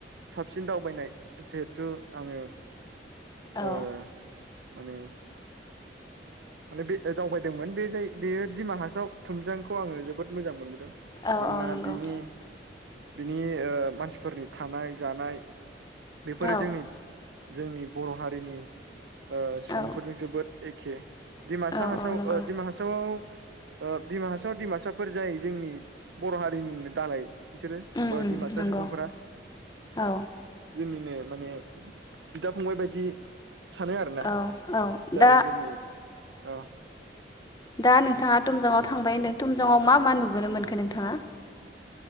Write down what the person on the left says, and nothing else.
औ
औ
औ नंगौ
औ
औ
औ
औ
नंगौ।
उम
उम
नंगौ
औ
औ औ
दा
दा नोंथाङा टुमजांआव थांबाय होनदों टुमजांआव मा मा नुबोनो मोनखो नोंथाङा?